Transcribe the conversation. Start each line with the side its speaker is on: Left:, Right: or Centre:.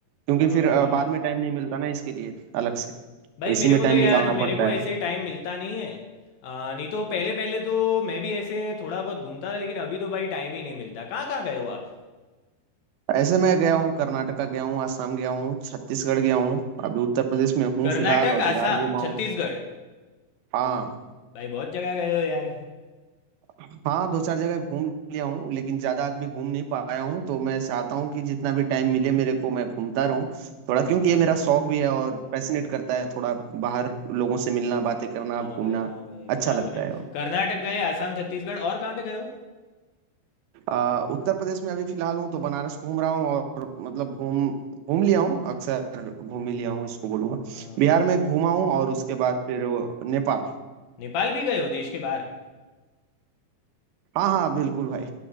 Right: क्योंकि
Left: हाँ
Right: फिर अ,
Left: भाई
Right: बाद में टाइम नहीं मिलता ना इसके लिए अलग
Left: हम्म।
Right: से तो
Left: भाई
Right: इसी
Left: मेरे
Right: में
Left: को
Right: टाइम
Left: तो यार
Right: निकालना
Left: मेरे
Right: पड़ता
Left: को ऐसे
Right: है
Left: टाइम मिलता नहीं है आ, नहीं तो पहले पहले तो मैं भी ऐसे थोड़ा बहुत घूमता था लेकिन अभी तो भाई टाइम ही नहीं मिलता कहाँ कहाँ गए हो आप
Right: ऐसे मैं गया हूँ कर्नाटका गया हूँ आसाम गया हूँ छत्तीसगढ़ गया हूँ अभी उत्तर प्रदेश में हूँ
Left: कर्नाटक
Right: फिलहाल और बिहार
Left: आसाम
Right: घूमा
Left: छत्तीसगढ़
Right: हूँ हाँ
Left: भाई बहुत जगह गए हो यार
Right: हाँ दो चार जगह घूम लिया हूँ लेकिन ज्यादा अभी घूम नहीं पाया हूँ तो मैं चाहता हूँ कि जितना भी टाइम मिले मेरे को मैं घूमता रहूँ थोड़ा क्योंकि
Left: हाँ
Right: ये मेरा
Left: भाई
Right: शौक भी है और पैशनेट करता है थोड़ा बाहर लोगों से मिलना बातें करना
Left: हाँ
Right: घूमना
Left: भाई हाँ भाई
Right: अच्छा
Left: बराबर
Right: लगता
Left: है
Right: है
Left: कर्नाटक गए आसाम छत्तीसगढ़ और कहाँ पे गए हो
Right: आ, उत्तर प्रदेश में अभी फिलहाल हूँ तो बनारस घूम रहा हूँ और मतलब घूम घूम लिया हूँ अक्सर घूम ही लिया हूँ इसको बोलूंगा
Left: हाँ,
Right: बिहार में घूमा हूँ और उसके बाद फिर वो नेपाल
Left: नेपाल भी गए हो देश के बाहर
Right: हाँ हाँ बिल्कुल भाई